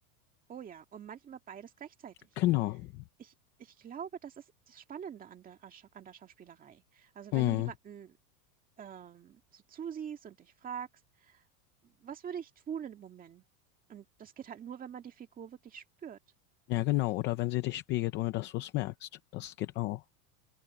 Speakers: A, on the right (about 20°); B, on the left (about 25°).
A: oh ja. Und manchmal beides gleichzeitig.
B: Genau.
A: Ich, ich glaube, das ist das Spannende an der, Scha- an der Schauspielerei. Also
B: Hm.
A: wenn du jemanden ähm, so zusiehst und dich fragst, was würde ich tun in dem Moment? Und das geht halt nur, wenn man die Figur wirklich spürt.
B: Ja, genau. Oder wenn sie dich spiegelt, ohne dass du es merkst. Das geht auch.